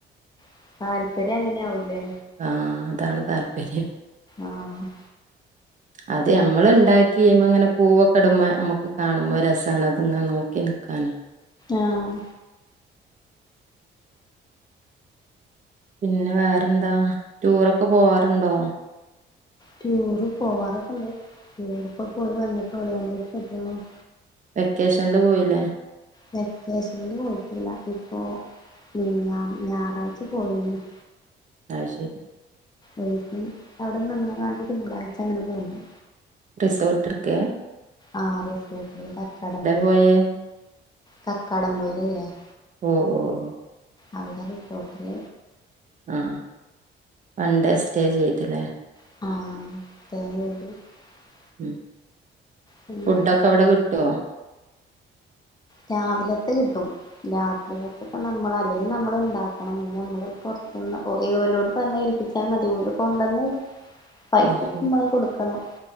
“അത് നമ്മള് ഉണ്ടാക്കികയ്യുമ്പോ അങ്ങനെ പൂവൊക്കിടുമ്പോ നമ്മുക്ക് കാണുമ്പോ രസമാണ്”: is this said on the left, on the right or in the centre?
Right